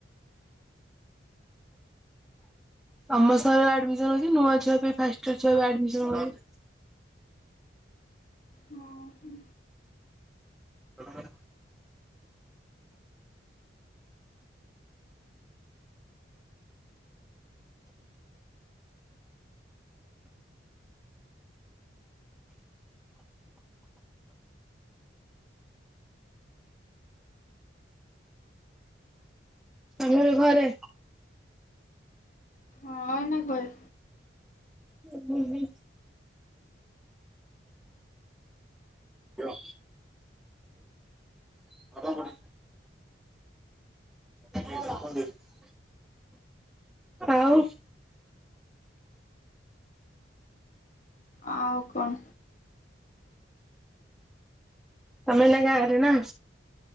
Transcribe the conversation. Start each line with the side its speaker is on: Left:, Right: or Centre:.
Centre: ସମସ୍ତଙ୍କର ଆଡମିସନ୍ ହଉଚି ନୂଆ ଛୁଆ ପି ଫାଷ୍ଟ ଇୟର ଛୁଆ ବି ଆଡମିସନ୍ ହଉଚି।
Left: ହଁ ହୁଁ।
Centre: ହଁ। ଆମେ ଏ ଘରେ।
Left: ହଁ ଏନା ଘରେ।
Centre: ଏବେ ବି କ। <inaudible> <inaudible> ଆଉ
Left: ଆଉ କଣ।
Centre: ତମେ ଏନା ଗାଁରେ ନା?